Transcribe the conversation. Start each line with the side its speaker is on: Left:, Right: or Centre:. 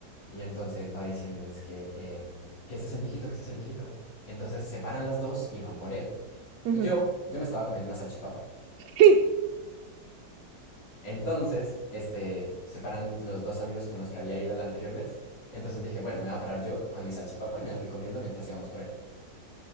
Left: Y entonces va diciendo, es que, em, que ese es el viejito, que ese es el viejito. Y entonces se paran las dos y van por él.
Right: ujú,
Left: Y yo,
Right: ujú.
Left: yo me estaba comiendo una salchipapa.
Right: <laughs>
Left: Entonces, este, se paran los dos amigos con los que había ido la anterior vez. Entonces dije, bueno, me va a parar yo con mi salchipapa y me la fui comiendo mientras íbamos por él.